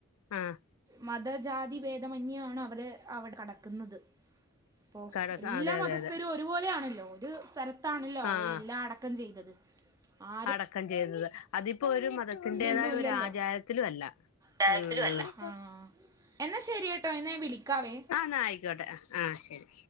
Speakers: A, on the left (about 80°); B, on the right (about 15°).
A: ആഹ്
B: മതജാതി ഭേദമന്യോണ് അവര് അവടെ കെടക്ക്ന്നത് പ്പൊ
A: കട
B: എല്ലാ
A: അതെ അതെ
B: മതസ്ഥരും
A: അതെ
B: ഒരുപോലെയാണല്ലോ ഒരു സ്ഥലത്താണല്ലോ
A: ആഹ്
B: അവരെ എല്ലാ അട ക്കം ചെയ്തത് ആ
A: അടക്കം ചെയ്തത് അതിപ്പോ ഒരു മതത്തിന്റേതായ
B: ഒന്നും ഇല്ലല്ലോ
A: ഒരാചാരത്തിലുലല്ല
B: കാര്യത്തിലും
A: ഉം
B: അല്ല ആഹ് എന്നാ ശരി കേട്ടോ എന്ന ഞാൻ വിളിക്കാവേ
A: ന്ന ആയിക്കോട്ടെ ആ ശെരി